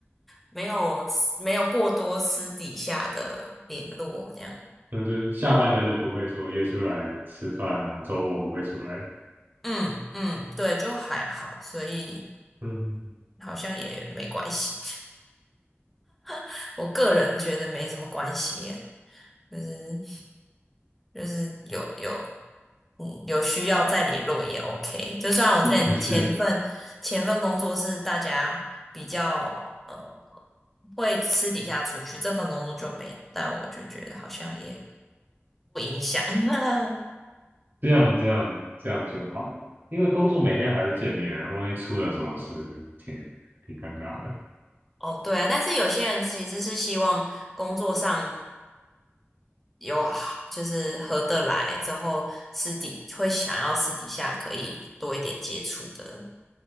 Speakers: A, in the centre; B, on the right.
A: 没有没有过多私底下的联络这样，
B: 嗯，就是下班了就不会说约出来吃饭啊，周末不会出来。
A: 嗯嗯，对，就还好，所以
B: 嗯，
A: 好像也没关系，<laughs> 我个人觉得没什么关系，就是。就是有有嗯有需要再联络也 OK。就算我之前前份前份工作是大家比较呃
B: 也是。
A: 会私底下出去，这份工作就没有，但我就觉得好像也 <laughs>
B: 这样这样这样就好，因为工作每天还会见面，万一出了什么事，挺挺尴尬的。
A: 哦对啊，但是有些人其实是希望工作上。有好就是合得来之后，私底会想要私底下可以多一点接触的，